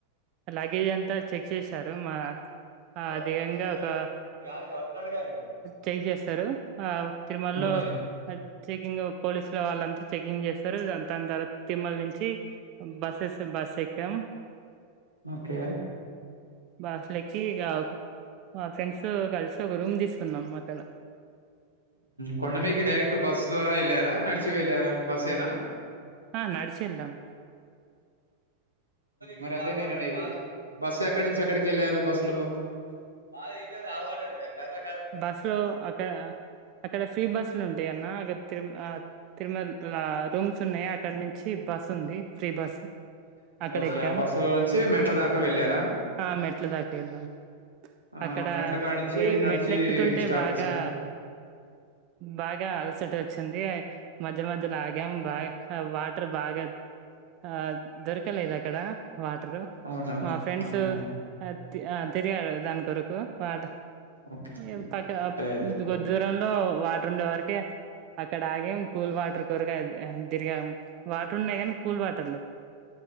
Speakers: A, on the right (about 40°); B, on the right (about 85°).
A: లగేజ్ అంతా చెక్ చేశారు, మా
B: పొర
A: అధికంగా
B: రెండు
A: ఒక
B: కాది కొస్తాడు కానీ
A: చెక్ చేస్తరు, ఆ తిరుమలలో
B: ఓకే
A: చెకింగ్ పోలీసులు వాళ్ళంతా చెకింగ్ చేస్తరు దాని తర్వాత తిరుమల నుంచి బస్సేస్ బస్ ఎక్కాం.
B: ఓకే.
A: బస్ ఎక్కి ఇక మా ఫ్రెండ్స్ కలిసి ఒక రూమ్ తీసుకున్నాం అక్కడ.
B: కొండ మీదకి డైరెక్ట్ బస్ ద్వారా ఎళ్ళారా, నడిచి వెళ్ళారా, బస్సేనా.
A: ఆ నడిచెల్లాం.
B: మరి అదే నేను అనేది. బస్సు ఎక్కడి నుంచి ఎక్కడికి ఎళ్ళారు బస్సులో. మా ఆవవాడ కర క
A: బస్సులో అక్కడ అక్కడ ఫ్రీ బస్సులు ఉంటయి అన్న అక్కడ తిరుమ ఆ తిరుమలలా రూమ్స్ ఉన్నయి. అక్కడ నుంచి బస్ ఉంది, ఫ్రీ బస్. అక్కడ
B: ఓకే
A: ఎక్కాం,
B: ఆ బస్సు లో నుంచి మెట్ల దాకా వెళ్ళారా
A: ఆ మెట్ల దాకా ఎళ్ళాం.
B: ఆ
A: అక్కడ
B: మెట్ల కాడి నుంచి
A: ఈ
B: నడిచి
A: మెట్లు ఎక్కుతుంటే
B: స్టార్ట్
A: బాగా
B: చేసుకున్నా
A: బాగా అల్సటా వ చ్చంది, మధ్య మధ్యలా ఆగాం బాగా వాటర్ బాగా ఆ దొరకలేదు అక్కడ వాటరు.
B: అవునా
A: మా ఫ్రెండ్స్
B: ఆహా
A: ఆ తి తిరిగాడు దాని కొరకు వాడు
B: ఓకే
A: ఇంతక
B: అదే అదే
A: ముందు కొద్ది దూరంలో వాటర్ ఉండే వరికే అక్కడ ఆగం కూల్ వాటర్ కొరకు అది తిరిగాం. వాటర్ ఉన్నయి కానీ కూల్ వాటర్ లేవు.